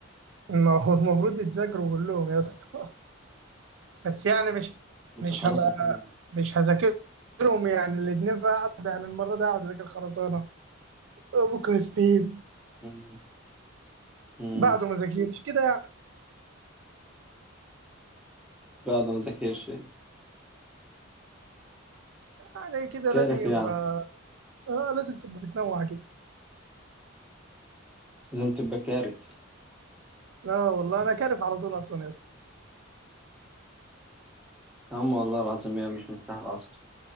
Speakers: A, on the right; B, in the centre.
A: ما هو المفروض يتذاكروا كلهم يا اسطى <laughs> بس يعني مش
B: انت
A: مش
B: خلاص
A: هبقى
B: الفن
A: مش هذاكرهم يعني الاتنين في قعدة يعني المرة دي هقعد اذاكر خرسانة بكرة ستيل
B: مم. مم.
A: بعده ما ذاكرش كده يعني
B: لا ده ما ذاكرش
A: يعني كده
B: كارف
A: لازم يبقى
B: يعني
A: اه لازم تبقى بتنوع كده
B: لازم تبقى كارف
A: لا والله انا كارف على طول اصلا يا اسطى
B: يا عم والله العظيم هي مش مستاهله اصلا